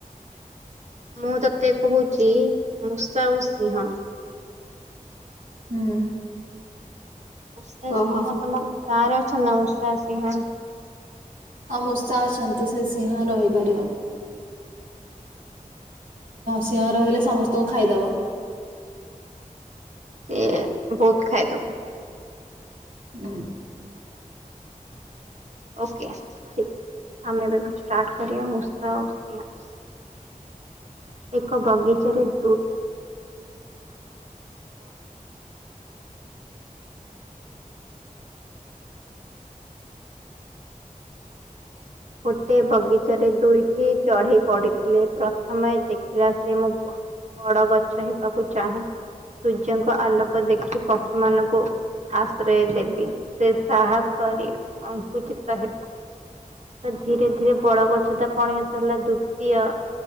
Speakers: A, on the right; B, on the right.
A: ମୁଁ ତତେ କହୁଛି ମୂଷା ଆଉ ସିଂହ।
B: ହୁଁ।
A: ମୂଷା,
B: କହ।
A: ସିଂହ ତମ କାଁ ରେ ଅଛନ୍ତି ନା ମୂଷା, ସିଂହ?
B: ଆଉ ମୂଷା ଅଛନ୍ତି ସେ ସିଂହ ରହିପାରିବନି। ସିଂହ ରହିଲେ ସମସ୍ତଙ୍କୁ ଖାଇଦବ।
A: ସିଏ ବହୁତ ଖାଇଦବ।
B: ହୁଁ।
A: ଓକେ ଠିକ ଅଛି ଆମେ ଏବେ ଷ୍ଟାର୍ଟ କରିବା ମୂଷା ଆଉ ସିଂହ ବିଷୟରେ।
B: <inaudible>
A: !!!!!!!!!! ଗୋଟେ ବଗିଚାରେ ଦୁଇଟି ଚଢ଼େଇ ପଡିଥିଲେ ପ୍ରଥମେ ଦେଖିଲା ସେ ମୁଁ ବଡ଼ ଗଛ ହେବାକୁ ଚାହେଁ। ସୂର୍ଯ୍ୟଙ୍କ ଆଲୋକ ଦେଖି ପକ୍ଷୀ ମାନଙ୍କୁ ଆଶ୍ରୟ ଦେବି ସେ ସାହସରେ ଅଙ୍କୁଚିତ ହେବ। ତ ଧୀରେ ଧୀରେ ବଡ଼ ଗଛ ତ ପଣୀୟତ ହେଲା ଦ୍ଵିତୀୟ